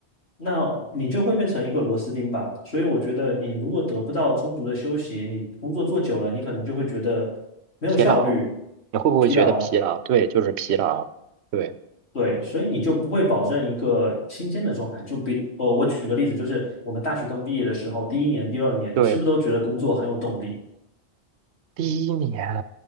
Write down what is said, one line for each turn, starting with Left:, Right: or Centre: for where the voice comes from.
Left: 那你就会变成一个螺丝钉吧。所以我觉得，你如果得不到充足的休息，你工作做久了，你可能就会觉得没有效率、
Right: 疲劳，你会不会觉得疲劳？
Left: 疲劳，
Right: 对，就是疲劳。对
Left: 对，所以你就不会保证一个新鲜的状态。就比呃，我举个例子，就是我们大学刚毕业的时候，第一年、第二年，你是不是都觉得工作很有动力？
Right: 对。第一年，